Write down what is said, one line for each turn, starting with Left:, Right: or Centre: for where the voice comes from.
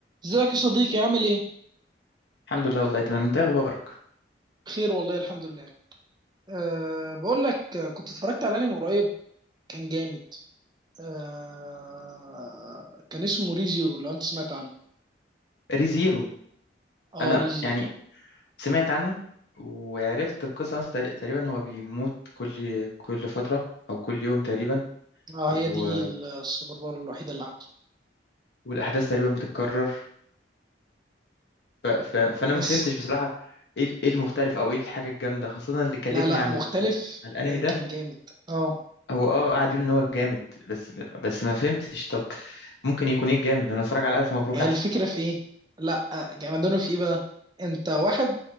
Right: ازيك يا صديقي عامل ايه؟
Left: الحمد لله والله تمام انت ايه اخبارك
Right: بخير والله الحمد لله. أه بقول لك آه، كنت اتفرجت على انمي قريب كان جامد. أه كان اسمه ري زيرو لو انت سمعت عنه.
Left: ريزيرو
Right: اه
Left: انا
Right: ري زيرو.
Left: يعني سمعت عنه وعرفت القصه اصلا تقري- تقريبا هو بيموت كل كل فتره او كل يوم تقريبا
Right: اه
Left: و...
Right: هي دي السوبر باور الوحيده اللي عنده.
Left: والاحداث تقريبا بتتكرر ف... ف... فانا
Right: بس
Left: ما فهمتش بصراحه ايه ال- ايه المختلف او ايه الحاجه الجامده خاصه اللي كلمني
Right: لا لا
Left: على
Right: مختلف
Left: ال... على الانمي
Right: إيه
Left: ده
Right: كان جامد. اه
Left: هو اه قاعد يقول ان هو جامد بس بس ما فهمتش طب ممكن يكون ايه الجامد ما انا اتفرج على الف مبروك
Right: هي
Left: احسن
Right: الفكره في ايه؟ لا آه، جامدانه في ايه بقى؟ انت واحد